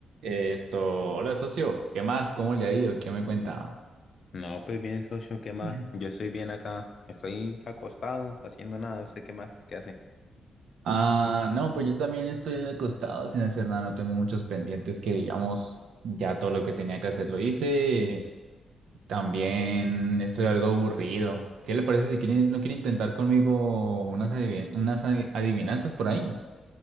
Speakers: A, on the right; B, on the left.
A: Esto, hola socio, ¿qué más? ¿Cómo le ha ido? ¿Qué me cuenta?
B: No, pues bien, socio, ¿qué más?
A: <clears throat>
B: Yo estoy bien acá. Estoy acostado, haciendo nada. ¿Usted qué más? ¿Qué hace?
A: Ah, no, pues yo también estoy acostado sin hacer nada, no tengo muchos pendientes que digamos, ya todo lo que tenía que hacer lo hice. También estoy algo aburrido. ¿Qué le parece si quiere- no quiere intentar conmigo unas, adivi- unas adi- adivinanzas por ahí?